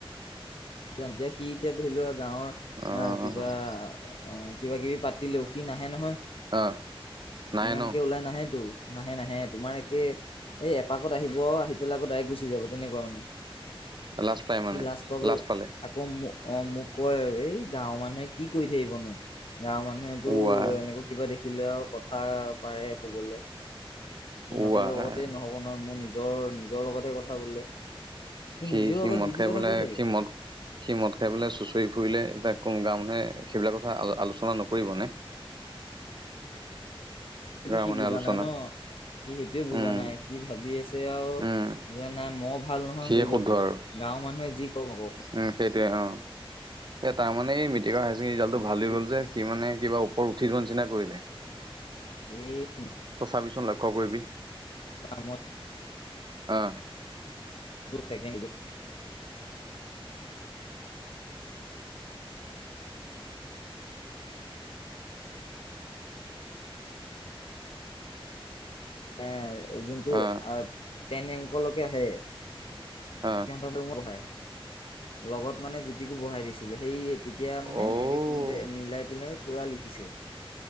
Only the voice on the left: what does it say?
<unintelligible> এতিয়া সি এতিয়া ধৰি লোৱা গাঁৱৰ
এ কিবা অ' কিবা-কিবি পাতি লেওঁ সি নাহে নহয়,
ইমানকে
ওলাই নাহে তো। নাহে, নাহে তোমাৰ একে এই এপাকত আহিব আহি পেলাই আকৌ ডাইৰেক্ট গুচি যাব। তেনেকুৱা মানে,
সি লাজ পাবল
আকৌ মোক অ' মোক কয়, এই গাঁৱৰ মানুহে কি কৰি থাকিবনো। গাঁৱৰ মানুহেতো
এনেকৈ কিবা দেখিলে আৰু কথা পাৰে ক'বলে। সিহঁতৰ
লগতে নহ'ব নহয়, মোৰ নিজৰ, নিজৰ লগতে কথা বোলে।
নিজেও
আগত
যি
টি কথা
কৈ থাকে
সিটো
সি
বুজা
নাই ন, সি সেইটোয়ে বুজা
নাই, সি ভাবি আছে আওঁ
যে নাই মইয় ভাল নহয়
হৈ
যাব,
গাঁওৰ মানুহে যি কওঁক <unintelligible>
সি
হে
<inaudible>
<unintelligible> <unintelligible> যোনটো
আ, টেন এংকলকে আহে
সিহঁত <unintelligible> বহাই, লগত মানে জ্যোতিকো বহাই দিছিলে সেই তেতিয়া মানে
একে সিন্তে মিলাই পেলাই পূৰা লিখিছে।